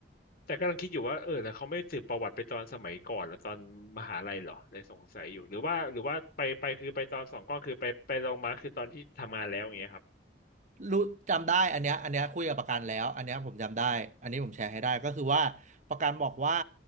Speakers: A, on the left (about 55°); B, on the right (about 45°).
A: แต่กำลังคิดอยู่ว่าเออแล้วเขาไม่สืบประวัติไปตอนสมัยก่อนหรือตอนมหาลัยเหรอเลยสงสัยอยู่หรือว่าหรือว่าไปไปคือไปตอนสองก้อนคือไปไปลงมาคือตอนที่ทำงานแล้วอย่างเงี้ยครับ
B: รู้จำได้อันเนี้ยอันเนี้ยคุยกับประกันแล้วอันเนี้ยผมจำได้อันนี้ผมแชร์ให้ได้ก็คือว่าประกันบอกว่า